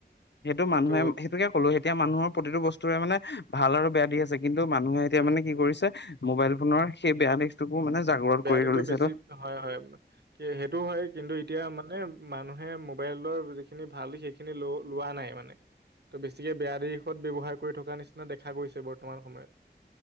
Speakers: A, on the left; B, on the right.
A: সেইটো মানুহে
B: ত'
A: সেইটোকে ক'লো এতিয়া মানুৰ প্ৰতিটো বস্তুৰে মানে ভাল আৰু বেয়া দি আছে কিন্তু টো মানুহে এতিয়া
B: হয়
A: মানে কি কৰিছে মোবাইল ফোনৰ সেই বেয়া দিশটোকো মানে জাগ্ৰত
B: উ বেয়া
A: কৰি
B: দিতো
A: তুলিছে
B: বেছি হয় হয় সেইটো হয় কিন্তু এতিয়া মানে মানুহে মোবাইলৰ খিনি ভাল সেইখিনি ল লোৱা নাই মানে ত' বেছিকে বেয়া দিশত ব্যৱহাৰ কৰি থকা নিচিনা দেখা গৈছে বৰ্তমান সময়ত